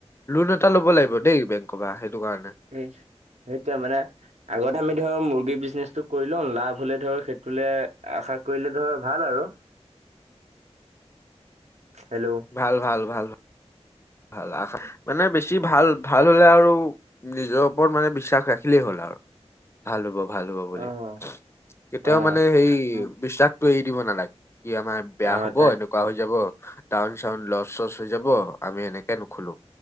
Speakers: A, on the left; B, on the right.
A: লোন এটা ল'ব লাগিব দেই বেংকৰ পৰা সেইটো কাৰণে।
B: এই সেইটোৱে মানে আগতে আমি ধৰ মুৰ্গী বিজনেচটো কৰি লওঁ লাভ হলে ধৰ সেইটোলে আশা কৰিলে ধৰ ভাল আৰু হেল্ল'
A: ভাল, ভাল, ভাল। ভাল মানে বেছি ভাল ভাল হ'লে আৰু নিজৰ ওপৰত মানে বিশ্বাস ৰাখিলেই হ'ল আৰু। ভাল হ'ব ভাল হ'ব
B: অ',
A: বুলি কেতিয়াও
B: অ',
A: মানে সেই
B: উম,
A: বিশ্বাস টো এৰি দিব নালাগে কি আমাৰ বেয়া
B: অ',
A: হ'ব
B: তাই
A: এনে এনেকোৱা হৈ যাব ডাউন-চাউন লচ-চচ হৈ যাব আমি এনেকে নুখোলো।